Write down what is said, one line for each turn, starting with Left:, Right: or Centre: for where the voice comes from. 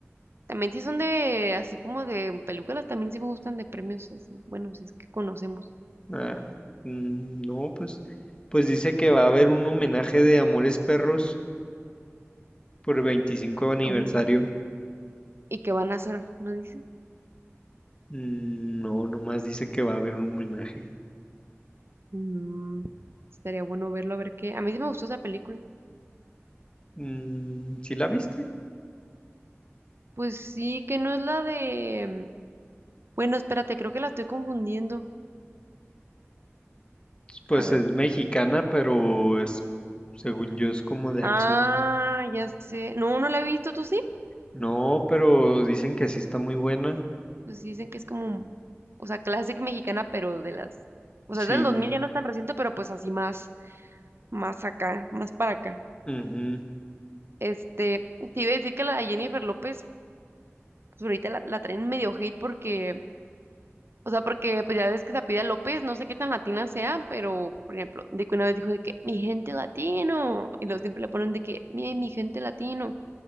Right: También sí son de, así como de películas, también sí me gustan de premios así. Bueno, si es que conocemos.
Left: Ah, mm, no, pues, pues dice que va a haber un homenaje de Amores Perros por 25 aniversario.
Right: aún, ¿Y que van a hacer? ¿No dicen?
Left: Mm, No, nomás dice que va a haber un homenaje.
Right: Mm, estaría bueno verlo, a ver qué. A mí sí me gustó esa película.
Left: Mm, ¿sí la viste?
Right: Pues sí, que no es la de... Bueno, espérate, creo que la estoy confundiendo.
Left: Pues
Right: A ver.
Left: es mexicana, pero es, según yo, es como de
Right: Ah,
Left: acción.
Right: ya sé. No, no la he visto, ¿tú sí?
Left: No, pero dicen que sí está muy buena.
Right: Pues sí dicen que es como, o sea, clásica mexicana, pero de las... O
Left: Sí.
Right: sea, es del 2000, ya no es tan reciente, pero pues así más, más acá, más para acá.
Left: ujú,
Right: Este, te iba a decir que la Jennifer López, pues ahorita la, la traen medio hate porque, o sea, porque pues ya ves que Pida López, no sé qué tan latina sea, pero, por ejemplo, de que una vez dijo de que mi gente latino, y luego siempre le ponen de que mi, mi gente latino,